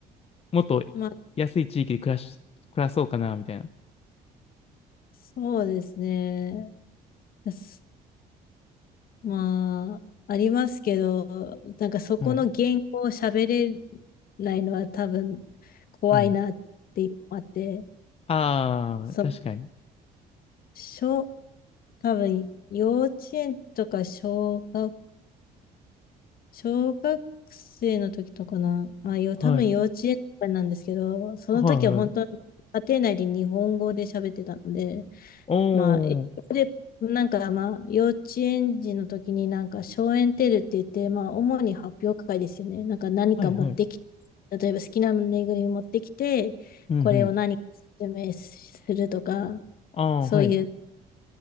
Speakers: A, on the left; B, on the left.
A: もっと
B: まあ、
A: 安い地域で暮らし、暮らそうかな、みたいな。
B: そうですね。すまあ、ありますけど、なんかそこの言語を喋れ
A: はい。
B: ないのは多分怖いなっていうのもあって、
A: うん。ああ、
B: そう、
A: 確かに。
B: 小、多分幼稚園とか小学小学生の時とかな、あ、よ、
A: はい。
B: 多分幼稚園とかなんですけど、その時は本当に家庭内で日本語で喋ってたので、
A: はいはい。おー。
B: まあ、英語で、なんかまあ、幼稚園児の時になんか、小園テルって言って、まあ、主に発表会ですよね。なんか何か持ってき、
A: はいはい。
B: 例えば好きなぬいぐるみ持ってきて、
A: うんうん。
B: これを何か説明するとか、
A: ああ、
B: そういう
A: はい。